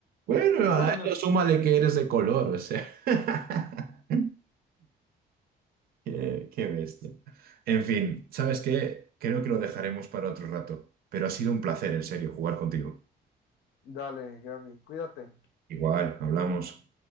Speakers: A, on the right; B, on the left.
A: Bueno,
B: Bueno,
A: a eso súmale que eres de color, o sea. <laughs> Qué, qué bestia. En fin, ¿sabes qué? Creo que lo dejaremos para otro rato, pero ha sido un placer, en serio, jugar contigo.
B: dale, Gaby, cuídate.
A: Igual, hablamos.